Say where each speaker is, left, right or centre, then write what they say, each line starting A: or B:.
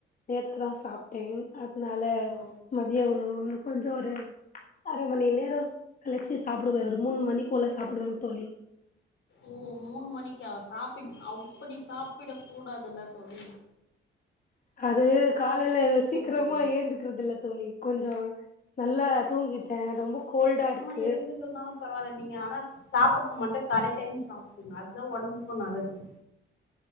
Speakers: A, on the left (about 40°); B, on the left (about 70°).
A: லேட்டா தா சாப் டே அதுனால
B: ஓ
A: மதியோ உணவு ஒன்னு கொஞ்சோ ஒரு அரை மணி நேரம் கழிச்சி சாப்டுவே ஒரு மூணு மணி போல சாப்பிடுவேங்க தோழி
B: ஓ மூணு மணிக்கா சாப்பி அப்டி சாப்ட கூடாதுல்ல தோழி
A: அது காலையில சீக்கிரமா
B: நல்லதில்ல
A: எழுந்துக்கறதில்ல தோழி கொஞ்சோ நல்லா தூங்கிட்டே ரொம்ப கோல்டா இருக்கு
B: ஆமா எழுந்து இருந்தாலு பரவால்ல நீங்க ஆனா சாப்புட்டு மட்டு கரெக்ட் டைம் சாப்ட்ருங்க அத்தா ஒடம்புக்கு நல்லது